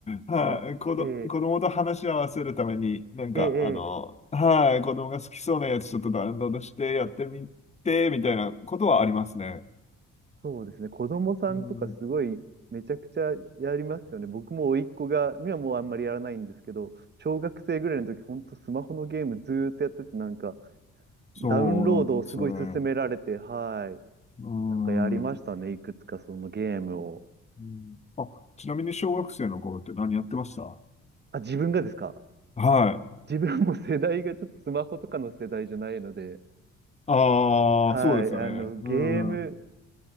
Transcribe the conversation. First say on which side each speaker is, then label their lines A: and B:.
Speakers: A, on the left; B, on the right.
A: はい、
B: ああ、
A: 子ど、子供と話し合わせるために、
B: ええ
A: なんか、
B: ええええ
A: あの、はい、子供が好きそうなやつちょっとダウンロードしてやってみて、みたいなことはありますね。
B: そうですね。子供さんとかすごいめちゃくちゃやりますよね。
A: うん、うん、
B: 僕も甥っ子が、今はもうあんまりやらないんですけど、小学生ぐらいの時、ほんとスマホのゲームずーっとやってて、なんか
A: そうなんですよね。
B: ダウンロードをすごい勧められて、はい。
A: うん。
B: なんかやりましたね。いくつかそのゲームを。
A: うん。あ、ちなみに小学生の頃って何やってました
B: あ、自分がですか
A: はい。
B: 自分も世代がちょっとスマホとかの世代じゃないので、
A: ああ、
B: はい、
A: そうですよね。
B: あの、ゲーム、
A: うん。う